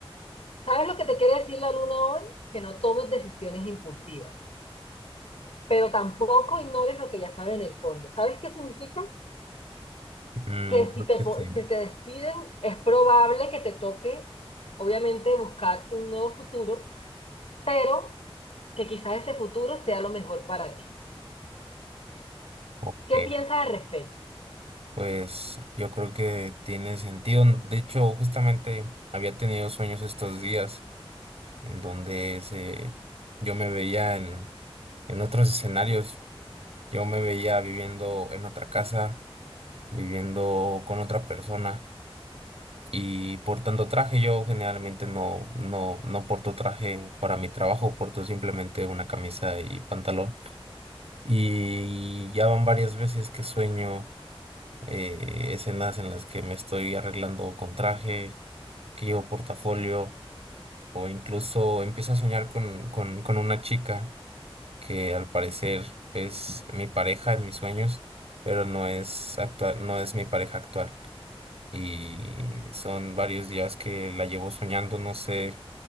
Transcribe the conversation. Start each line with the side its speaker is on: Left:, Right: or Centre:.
Left: ¿Sabes lo que te quiere decir la luna hoy? Que no tomes decisiones impulsivas, pero tampoco ignores lo que ya sabes en el fondo. ¿Sabes qué significa?
Right: Mm,
Left: Que
Right: creo
Left: si te,
Right: que
Left: po-
Right: sí.
Left: que te despiden, es probable que te toque, obviamente, buscar un nuevo futuro, pero que quizás ese futuro sea lo mejor para ti.
Right: Ok.
Left: ¿Qué piensas al respecto?
Right: Pues yo creo que tiene sentido. De hecho, justamente había tenido sueños estos días en donde se, yo me veía en, en otros escenarios. Yo me veía viviendo en otra casa, viviendo con otra persona y portando traje. Yo generalmente no, no, no porto traje para mi trabajo, porto simplemente una camisa y pantalón. Y ya van varias veces que sueño. eh, escenas en las que me estoy arreglando con traje, que llevo portafolio, o incluso empiezo a soñar con, con, con una chica que al parecer es mi pareja en mis sueños, pero no es actual, no es mi pareja actual. Y son varios días que la llevo soñando, no sé